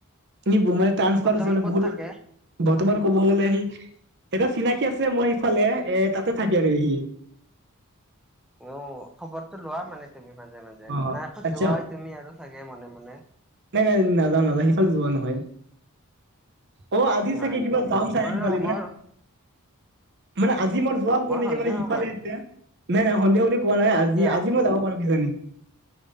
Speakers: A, on the right (about 50°); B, in the centre.
A: নি মানে টাঞ্চফাৰ
B: বৰ্তমান
A: হৈছে মানে
B: ক'ত
A: বহুত
B: থাকে?
A: বৰ্তমান ক'ব গ'লে সি এটা চিনাকি আছে মোৰ ইফালে এ তাতে থাকে আৰু সি।
B: অ', খবৰটো লোৱা মানে। তুমি মাজে মাজে
A: অ
B: নাই আকৌ
A: আচ্ছা
B: যোৱাই তুমি আৰু চাগে মনে মনে।
A: নাই, নাই, নাযাওঁ, নাযাওঁ, সেইফালে যোৱা নহয়। অ', আজি
B: হয়
A: চাগে কিবা
B: নেকি
A: যাম চাগে
B: মোৰ
A: ছোৱালী মানে
B: মোৰ
A: মানে আজি মই যোৱা হ'ব
B: মোৰ
A: নেকি
B: সন্দেহ
A: মানে সিফালে
B: হয়
A: এতিয়া? নাই, নাই, সন্ধিয়া কৰি কোৱা নাই আজি
B: কিয়?
A: আজি মই যাব পাৰোঁ কিজানি।